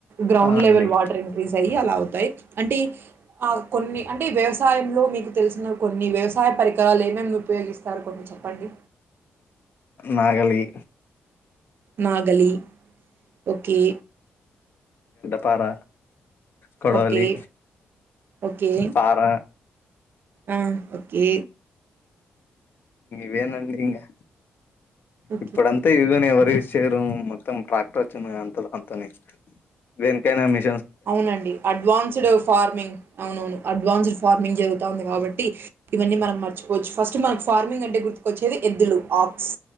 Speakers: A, on the right; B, on the left.
A: గ్రౌండ్
B: ఆ అండి
A: లెవెల్ వాటర్ ఇంక్రీజ్ అయ్యి అలా అవుతాయి అంటే ఆ కొన్ని అంటే వ్యవసాయంలో మీకు తెలిసిన కొన్ని వ్యవసాయ పరికరాలు ఏమేం ఉపయోగిస్తరు కొన్ని చెప్పండి
B: నాగలి
A: నాగలి ఓకే
B: పర కొడవలి
A: ఓకే ఓకే
B: పార
A: ఆ ఓకే
B: వేనాండికా
A: ఓకే
B: ఇప్పుడంతా ఇగని ఎవరు
A: ఓకే
B: ఇచ్చరు మొత్తం ట్రాక్టర్ వచ్చినంది అంత అంతని దన్కనామి
A: అవునండి అడ్వాన్స్డ్ ఫార్మింగ్ అవునవును అడ్వాన్స్డ్ ఫార్మింగ్ జరుగుతంది కాబట్టి ఇవన్నీ మనం మర్చుకోవచ్చు ఫస్ట్ మనకి ఫార్మింగ్ అంటే గుర్తుకొచ్చేది ఎద్దులు ఆక్స్